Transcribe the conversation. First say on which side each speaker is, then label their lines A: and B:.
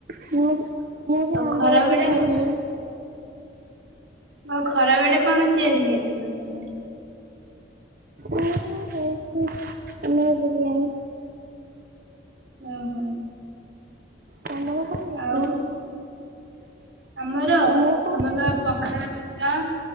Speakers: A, on the right; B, on the right.
A: ମୁଁ ବି ମୁଁ
B: ଆଉ
A: ବି ଆମ୍ବ
B: ଖରା
A: ରୁଟି
B: ବେଳେ
A: ଖାଇଥିଲି।
B: ଆଉ ଖରା ବେଳେ କଣ ତିଆରି ହେଇଥିଲା ତମର?
A: ଏଇନା ହେଇଛି ମୋ ବିରିୟାନୀ।
B: ଅ ହ।
A: ତମର କଁ ହେଇଛି?
B: ଆଉ ଆମର
A: ତମର କଣ
B: ଆମର
A: ତିଆରି ହେଇଛି
B: ପଖାଳ ଭାତ